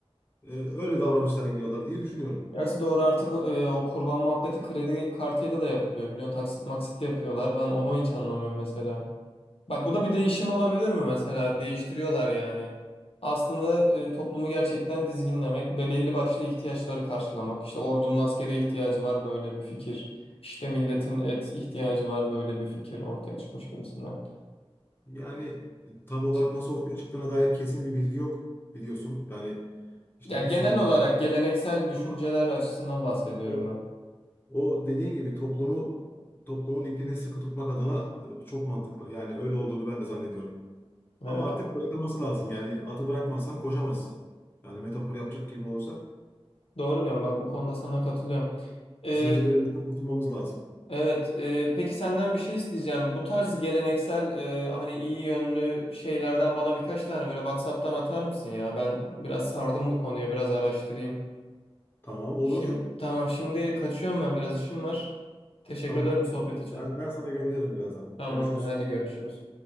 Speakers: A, on the left (about 20°); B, on the left (about 65°).
A: e, öyle davranışlar geliyorlar diye düşünüyorum.
B: Gerçi doğru artık e, o kurban muhabbeti kredi kartıyla da yapılıyor. Biliyorsun taksit maksit de yapıyorlar. Ben onu hiç anlamıyorum mesela. Bak bu da bir değişim olabilir mi mesela? Değiştiriyorlar yani. Aslında e, toplumu gerçekten dizginlemek ve belli başlı ihtiyaçları karşılamak. İşte ordunun askere ihtiyacı var böyle bir fikir. İşte milletin et ihtiyacı var böyle bir fikir ortaya çıkmış gibisinden.
A: Yani e, tam olarak
B: Ç-
A: nasıl ortaya çıktığına dair kesin bir bilgi yok biliyorsun. Yani işte
B: Ya genel
A: Hüseyin
B: olarak
A: Davut
B: geleneksel düşünceler
A: ama
B: açısından bahsediyorum
A: evet,
B: ben.
A: o dediğin gibi toplumu toplumun ipini sıkı tutmak adına e, çok mantıklı. Yani öyle olduğunu ben de zannediyorum.
B: Evet.
A: Ama artık bırakılması lazım. Yani atı bırakmazsan koşamaz. Yani metafor yapacak gibi olsak
B: Doğru diyorsun. Bak bu konuda sana katılıyorum. E,
A: Zincirlerimizden kurtulmamız lazım.
B: Evet, e, peki senden bir şey isteyeceğim. Bu tarz geleneksel e, hani iyi yönlü şeylerden bana birkaç tane böyle WhatsApp'tan atar mısın ya? Ben biraz sardım bu konuya, biraz araştırayım.
A: Tamam olur.
B: Şimdi tamam, şimdi kaçıyorum ben biraz işim var. Teşekkür
A: Tamam.
B: ederim sohbet için.
A: Ben, ben sana gönderirim birazdan.
B: Tamamdır,
A: Görüşürüz.
B: hadi görüşürüz.